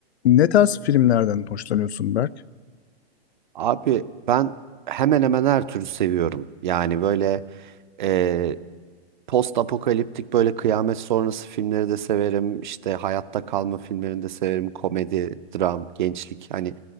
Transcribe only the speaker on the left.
Ne tarz filmlerden hoşlanıyorsun Berk?